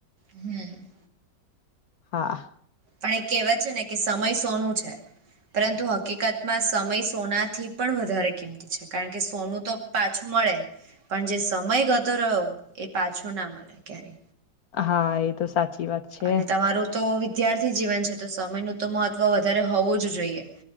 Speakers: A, on the right; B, on the left.
A: હમ
B: હા
A: પણ એ કહેવાત છે ને કે સમય સોનું છે પરંતુ હકીકતમાં સમય સોના થી પણ વધારે કિંમતી કારણ કે સોનું તો પાછું મળે પણ જે સમય ગતો રહ્યો એ પાછો ના મળે ક્યારે
B: હા એ તો સાચી વાત છે
A: અને તમારું તો વિદ્યાર્થી જીવન છે તો સમય ન તો મહત્વ વધારે હોવું જ જોઈએ